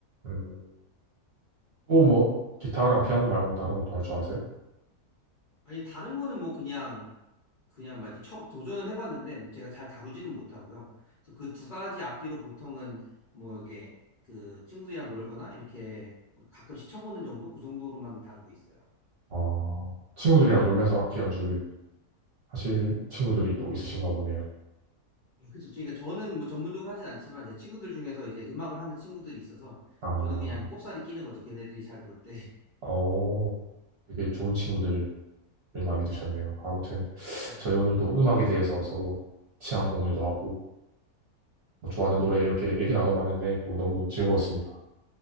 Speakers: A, on the right (about 55°); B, on the left (about 45°).
A: 음, 또 뭐, 기타랑 피아노 말고 다른 것도 할 줄 아세요?
B: 아니, 다른 거는 뭐 그냥, 그냥 막 이렇게 쳐, 도전을 해봤는데 제가 잘 다루지는 못하고요. 그래서 그 두 가지 악기로 보통은 뭐 이게 그 친구들이랑 놀거나 이렇게 가끔씩 쳐보는 정도? 그 정도로만 다루고 있어요.
A: 아, 친구들이랑 놀면서 악기 연주를 하실 친구들이 또 있으신가 보네요.
B: 그렇죠. 그러니까 저는 뭐 전문적으로 하진 않지만 제 친구들 중에서 이제 음악을 하는 친구들이 있어서
A: 아,
B: 저는 그냥 꼽사리 끼는 거죠. 걔네들이 잘 놀 때.
A: 어, 되게 좋은 친구들을 많이 두셨네요. 아무튼
B: <laughs>
A: 저희 오늘 또 음악에 대해서 서로 취향 공유도 하고 뭐 좋아하는 노래 이렇게 얘기 나눠봤는데 또 너무 즐거웠습니다.